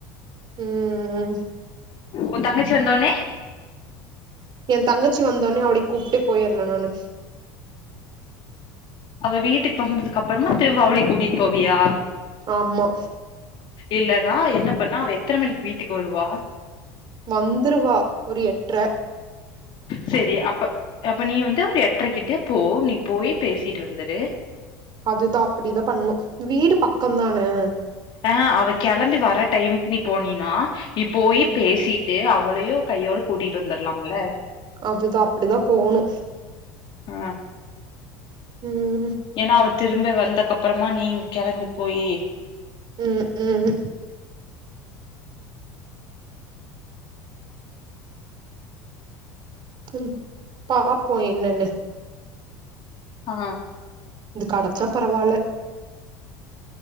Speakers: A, on the right; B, on the left.
A: ம் ம்
B: உ தங்கச்சி வந்த ஒன்னே
A: என் தங்கச்சி வந்தோன்னே‌ அவளிய் கூப்ட்டே போயிற்றே நானு
B: அவ வீட்டுக்கு வந்ததுக்கு அப்புறமா திரும்ப அவளிய் கூட்டிட்டு போவியா
A: ஆம்மா
B: இல்லன்னா என்ன பண்ணு அவ எத்தன மணிக்கு வீட்டுக்கு வருவா
A: வந்துருவா ஒரு எட்ற
B: சேரி அப்ப அப்ப நீ வந்து ஒரு எட்ரை கிட்டே போ நீ போய் பேசிட்டு வந்துடு
A: அதுதா அப்படிதா பண்ணு வீடு பக்கம்தானே
B: ஆ அவ கெளம்பி வர டைமுக்கு நீ போனீனா நீ போயி
A: ம்
B: பேசி ட்டு அவளயோ கைய்யோட கூட்டிட்டு வந்துரலாம்ல
A: அதுதா அப்படிதா போணு
B: ஆ
A: ம் ம்
B: ஏனா அவ திரும்ப வந்தக்கப்பறமா நீங் கெளம்பி போயி
A: ம் ம் ம் பாப்போ என்னன்னு
B: ஆ
A: இது கடச்சா பரவால்ல